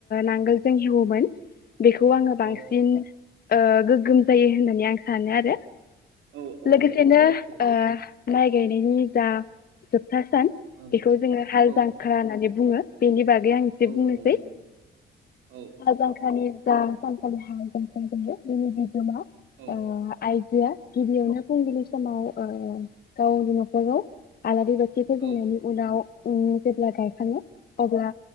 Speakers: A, on the left (about 50°); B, on the right (about 80°).
A: नांगोलजों हेवोमोन। बेखौ आङो
B: औ
A: बांसिन। ओ गोगोम जायो होननानै आं सानो आरो।
B: औ
A: लोगोसेनो
B: औ नंगौ सैथो।
A: ओ माइ गायनायनि जा था सान
B: औ
A: बेखौ जोङो हालजांख्रा
B: औ
A: होन्नानै बुंङो बेनि बागै आं एसे
B: औ
A: बुंनोसै
B: औ नंगौ औ
A: हालजांख्रानि जा सानखालि हालजांख्रा दोङो बिनि बिगोमा
B: औ नंगौ
A: अ आइजोआ गिबियावनो फुंनि समाव ओ गावनि नखराव आलारि‌ बा फोजोंनायनि
B: औ
A: उनाव उम जेब्ला गायखाङो अब्ला